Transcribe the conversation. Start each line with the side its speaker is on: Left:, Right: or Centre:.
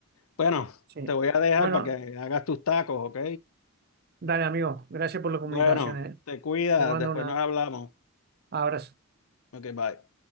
Left: Bueno,
Right: Sí.
Left: te voy a dejar
Right: Bueno,
Left: para que hagas tus tacos, ¿ok?
Right: dale amigo, gracias por la comunicación,
Left: Bueno,
Right: eh.
Left: te cuidas,
Right: Te mando
Left: después
Right: un
Left: nos hablamos.
Right: abrazo.
Left: Ok, bye.